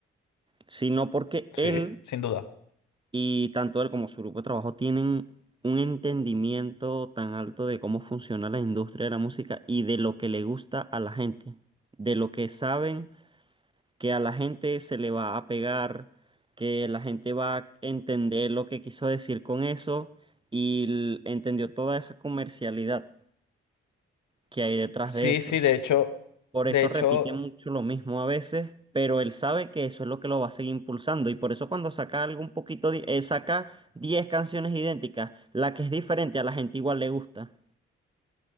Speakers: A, on the right; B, on the left.
A: sino porque
B: Sí,
A: él
B: sin duda.
A: y tanto él como su grupo de trabajo tienen un entendimiento tan alto de cómo funciona la industria de la música y de lo que le gusta a la gente, de lo que saben que a la gente se le va a pegar, que la gente va a entender lo que quiso decir con eso y l- entendió toda esa comercialidad que hay detrás
B: Sí,
A: de eso.
B: sí, de hecho,
A: Por
B: de
A: eso
B: hecho,
A: repite mucho lo mismo a veces, pero él sabe que eso es lo que lo va a seguir impulsando y por eso cuando saca algo un poquito, di- eh, saca 10 canciones idénticas, la que es diferente a la gente igual le gusta.